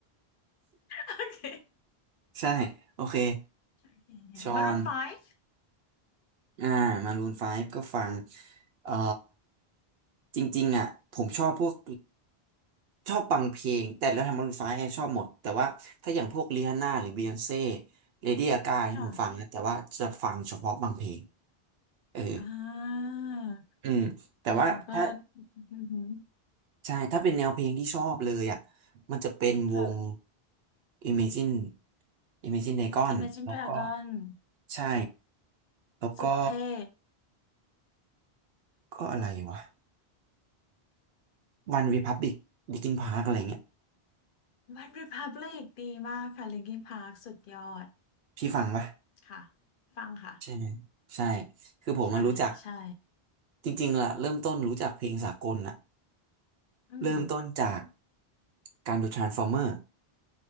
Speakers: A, on the left; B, on the right.
A: <laughs> โอเค
B: <laughs> ใช่โอเค
A: โอเคมารูนไฟว์
B: ชอน อ่ามารูนไฟฟ์ก็ฟังเอ่อจริงๆอ่ะผมชอบพวกชอบฟังเพลงแต่แล้วทำมารูนไฟฟ์ชอบหมดแต่ว่าถ้าอย่างพวกริฮานน่าหรือบียอนเซ่เลดี้กาผมฟังนะแต่ว่าจะฟังเฉพาะบางเพลง
A: ค่ะ
B: เออ
A: อ่า
B: อืมแต่ว่าถ้า
A: แล้วเขาก็อือหือ
B: ใช่ถ้าเป็นแนวเพลงที่ชอบเลยอ่ะมันจะเป็นวง
A: ค่ะ
B: Imagine Imagine Dragon
A: Imagine
B: แล้วก็
A: Dragon
B: ใช่แล้วก็
A: สุดเท่
B: ก็อะไรวะ One Republic Linkin Park อะไรเงี้ย
A: One Republic ดีมากค่ะ Linkin Park สุดยอด
B: พี่ฟังปะ
A: ค่ะฟังค่ะ
B: ใช่ไหมใช่คือผมมารู้จัก
A: ใช่ใช่
B: จริงๆล่ะเริ่มต้นรู้จักเพลงสากลน่ะ
A: อืม
B: เริ่มต้นจากการดู Transformer